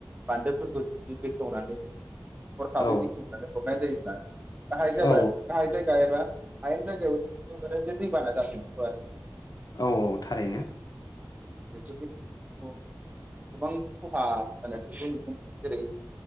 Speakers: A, on the right (about 20°); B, on the left (about 60°).
A: बान्दोफोरखौ जुदि बेखेवनानै हरखाबै
B: औ
A: बेखेवनानै हरनानाय जायो। <unintelligible> गाहाय जाबाय
B: औ
A: गाहाय‌ जायगा एबा हायेन जायगायाव जों उनदुनायजों दैबाना जाजोबाय
B: औ औ थारैनो।
A: बेफोरनि गेजेरजों गोबां खहा जानायफोरखौ नुनो मोनो जेरै